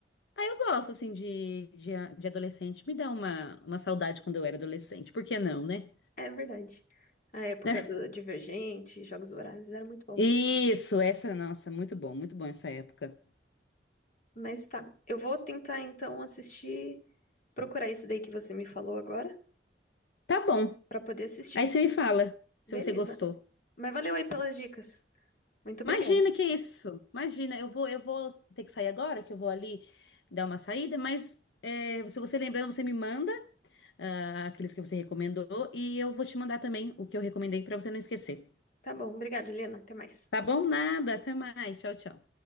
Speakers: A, on the left (about 75°); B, on the left (about 50°).
A: Ah, eu gosto, assim, de, de, de adolescente. Me dá uma, uma saudade quando eu era adolescente. Por que não, né?
B: É verdade. A época
A: <laughs>
B: do Divergente, Jogos Vorazes, era muito bom.
A: Isso, essa, nossa, muito bom, muito bom essa época.
B: Mas tá, eu vou tentar então assistir, procurar esse daí que você me falou agora,
A: Tá bom.
B: pra poder assistir.
A: Aí você me fala
B: Beleza.
A: se você gostou.
B: Mas valeu aí pelas dicas. Muito obrigada.
A: Imagina que isso. Imagina, eu vou, eu vou ter que sair agora, que eu vou ali dar uma saída, mas é, se você lembrando, você me manda ah, aqueles que você recomendou e eu vou te mandar também o que eu recomendei pra você não esquecer.
B: Tá bom, obrigada, Helena. Até mais.
A: Tá bom? Nada, até mais. Tchau, tchau.